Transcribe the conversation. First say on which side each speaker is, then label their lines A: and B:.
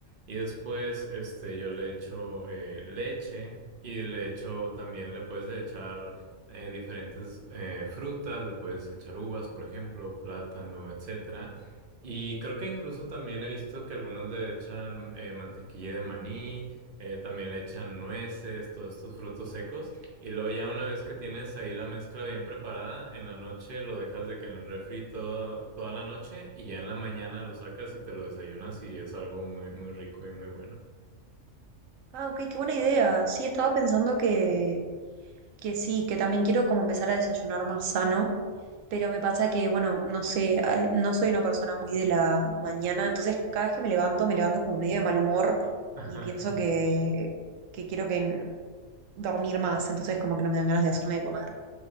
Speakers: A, on the right; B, on the right.
A: y después este, yo le echo eh, leche y le echo también, le puedes echar eh, diferentes eh, frutas, le puedes echar uvas, por ejemplo, plátano, etcétera. Y creo que incluso también he visto que algunos le echan eh, mantequilla de maní, eh, también le echan nueces, todos estos frutos secos. Y luego ya una vez que tienes ahí la mezcla bien preparada, en la noche lo dejas de que en el refri todo, toda la noche y ya en la mañana lo sacas y te lo desayunas y es algo muy, muy rico y muy bueno.
B: Ah, ok, qué buena idea. Sí, estaba pensando que que sí, que también quiero como empezar a desayunar más sano, pero me pasa que, bueno, no sé, eh, no soy una persona muy de la mañana, entonces cada vez que me levanto, me levanto como medio de mal humor
A: <laughs>
B: y pienso que, que quiero que n- dormir más, entonces como que no me dan ganas de hacerme de comer.